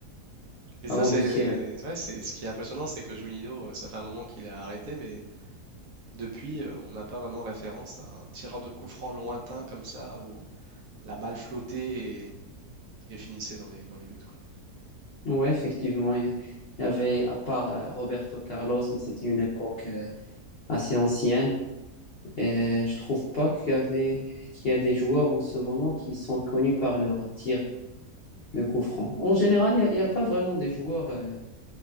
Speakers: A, on the right (about 70°); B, on the left (about 70°).
A: Et ça,
B: avant
A: c'est
B: de tirer.
A: ouais, c'est ce qui est impressionnant, c'est que Julinho, euh, ça fait un moment qu'il est arrêté, mais depuis, euh, on n'a pas vraiment référence à un tireur de coup franc lointain comme ça, où la balle flottait et, et finissait dans les, dans les buts, quoi.
B: Ouais, effectivement, il y il y avait à part euh, Roberto Carlos, mais c'était une époque euh, assez ancienne. Et je trouve pas qu'il y avait qu'il y a des joueurs en ce moment qui sont connus par leur tir. de coups francs. En général, il n'y a, a pas vraiment des joueurs euh,